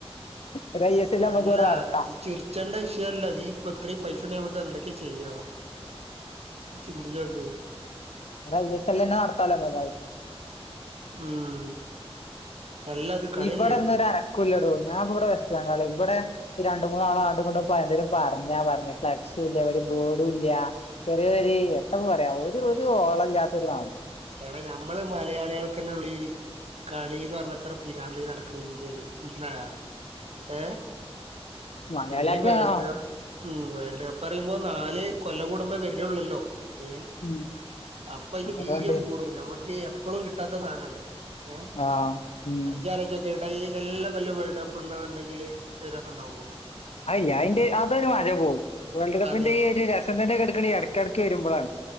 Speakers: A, on the left; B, on the right.
A: ഒരു ഐ എസ് എൽ നമ്മുക്ക്
B: അല്ലാ
A: ഇവിടെ നടത്താം
B: ചിറിച്ചേണ്ട വിഷയല്ല ഈ അതീപ്പ ഇത്രയും പൈസ നമക്ക് എന്തൊ ചെയ്യാ ചിന്തിച്ചോക്ക്
A: അതഐ എസ്ൽ ന്നെ നടത്താലോ സുഗായിട്ട്
B: ഉം അല്ല അത് കളിയല്ലേ
A: ഇവിടെന്നരു അനക്കുല്ലെടോ ഞാൻ ഇവിടെ വെസ്റ്റ് ബംഗാൾ ഇവിടെ രണ്ട് മൂന്നാളാണ്ട്ങ്ങട്ടും പ എന്തേലും പറഞ്ഞാ പറഞ്ഞ് ഫ്ലക്സും ഇല്ല ഒരു ബോർഡും ഇല്ല ചെറിയ ഒരു എത്താപ്പം പറയാ ഒരു ഒരു ഓളല്ലാത്ത നാട്.
B: എടാ ഞമ്മള് മലയാളികൾക്കെന്നെള്ളൂ ഈ കളിന്ന് പറഞ്ഞത്ര പി രാന്ത നടക്കണം ഇന്ത്യയില് മനസ്സിലായോ
A: നാട്
B: ഏ
A: മലയാളിയൊക്കെ
B: പിന്നെ വേൾഡ്
A: ആ
B: കപ്പ് ഉം വേൾഡ് കപ്പ് പറയുമ്പോ നാല് കൊല്ലം കൂടുമ്പോ വരുണേളൊള്ളോ ഏ
A: ഉം
B: അപ്പൊ അയ്ന്റെ
A: അതുകൊണ്ട്
B: വീ കൂടും നമുക്ക് എപ്പോഴും കിട്ടാത്ത സാനാണ് ഏ
A: ആഹ് ഉം
B: ഇജ്ജാലോയ്‌ച്ചൊക്കെ ഇഈ എല്ലാ കൊല്ലും വേൾഡ് കപ്പ്‌ണ്ട്ന്ന്ണ്ടെങ്കിൽ അഈ രസംണ്ടാവോ
A: അയ്യ അയിന്റെ അതൊരു മജ പോവും വേൾഡ് കപ്പിന്റെ
B: അതെ
A: ഈ ഒരു രസം തന്നെ കെടക്കണേ ഇടക്കിടയ്ക്ക് വരുമ്പോഴാണ്